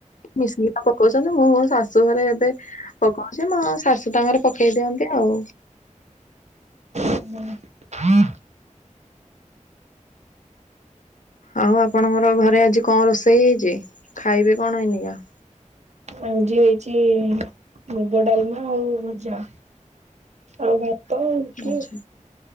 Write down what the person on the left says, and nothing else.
ମିଶିକିନା ପକଉଛନ୍ତି ମୁଁ ମୋ ଶାଶୁ ଘରେ ଏବେ ପକଉଛି ମୋ ଶାଶୁ ତାଙ୍କର ପକେଇ ଦିଅନ୍ତି ଆଉ।
ଆଉ ଆପଣଙ୍କର ଘରେ ଆଜି କଣ ରୋଷେଇ ହେଇଛି ଖାଇବେ କଣ <unintelligible>
ଆଛା